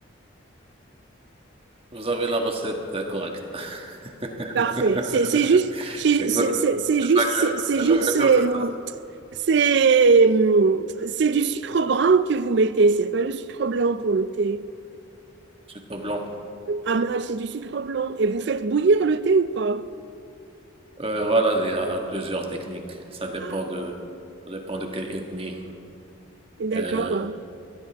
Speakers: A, on the right; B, on the right.
A: Vous avez la recette euh, correcte. <laughs>
B: Parfait. C'est c'est juste, chez-
A: C'est exactement
B: c'est c'est- c'est
A: c'est
B: juste,
A: ça que
B: c'est c'est
A: les
B: juste,
A: ingrédients,
B: c'est
A: c'est ça.
B: C'est hum, c'est du sucre brun que vous mettez, c'est pas le sucre blanc pour le thé.
A: Du blanc.
B: Ah, mais ah, c'est du sucre blanc. Et vous faites bouillir le thé ou pas?
A: Euh, voilà, il y a plusieurs techniques. Ça dépend
B: Ah,
A: de, ça dépend de quelle ethnie.
B: d'accord.
A: Euh,